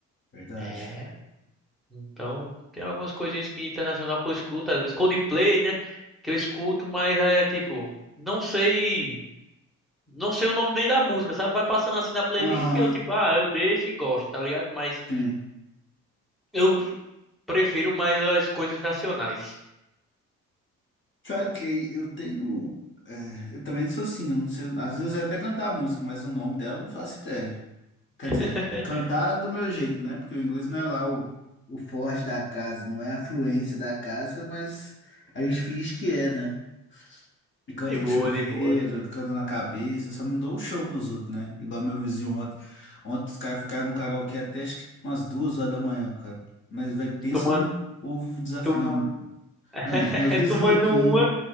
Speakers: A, on the left; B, in the centre.
A: Verdade.
B: é, então, tem algumas coisinhas que internacional que eu escuto, às vezes Coldplay, né, que eu escuto, mas é, tipo, não sei, não sei o nome nem da música, sabe? Vai passando assim na playlist
A: Aham,
B: e eu, tipo, ah, eu deixo e gosto, tá ligado? Mas
A: sim.
B: eu prefiro mais as coisas nacionais.
A: Sabe que eu tenho. é, eu também sou assim, eu não sei. Às vezes eu sei até cantar a música, mas o nome dela eu não faço ideia. Quer
B: <laughs>
A: dizer, cantar do meu jeito, né? Porque o inglês não é lá o, o forte da casa, não é a fluência da casa, mas a gente finge que é, né? E canta
B: De boa,
A: no chuveiro,
B: de boa.
A: canta na cabeça, só não dou o show pros outros, né? Igual meu vizinho ontem. Ontem os caras ficaram no karaokê até acho que umas duas horas da manhã, cara. Mas, vai pensa
B: Tomando,
A: num povo desafinado.
B: tom-
A: Não,
B: <laughs>
A: os meus vizinhos
B: tomando
A: aqui.
B: uma